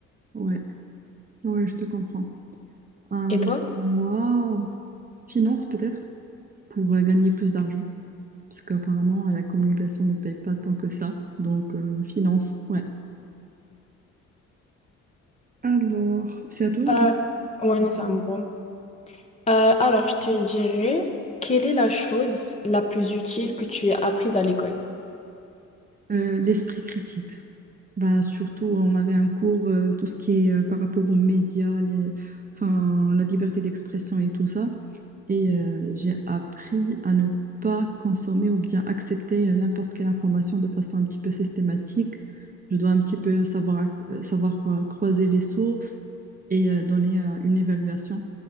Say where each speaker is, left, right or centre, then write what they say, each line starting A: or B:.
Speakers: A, on the right; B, on the left.
A: Ouais. Ouais, je te comprends. Euh,
B: Et toi?
A: moi, finance peut-être, pour euh, gagner plus d'argent. Parce qu'apparemment, la communication ne paye pas tant que ça. Donc, euh, finance, ouais. Alors, c'est à toi ou
B: Euh,
A: bien?
B: ouais, non, c'est à moi. Euh, alors, je te dirais, quelle est la chose la plus utile que tu as apprise à l'école?
A: Euh, l'esprit critique. Bah, surtout, on avait un cours, euh, tout ce qui est euh, par rapport aux médias, les- enfin, la liberté d'expression et tout ça. Et euh, j'ai appris à ne pas consommer ou bien accepter euh, n'importe quelle information de façon un petit peu systématique. Je dois un petit peu savoir, euh, savoir euh, croiser les sources et euh, donner euh, une évaluation